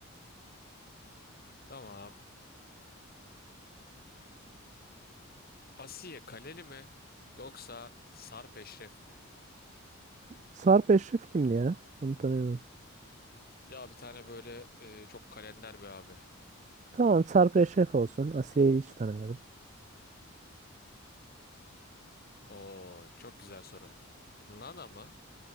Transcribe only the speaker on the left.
Tamam. Asiye Kaleli mi yoksa Sarp Eşref mi?
Ya bir tane böyle e, çok kalender bir abi.
Oo çok güzel soru. Nana mı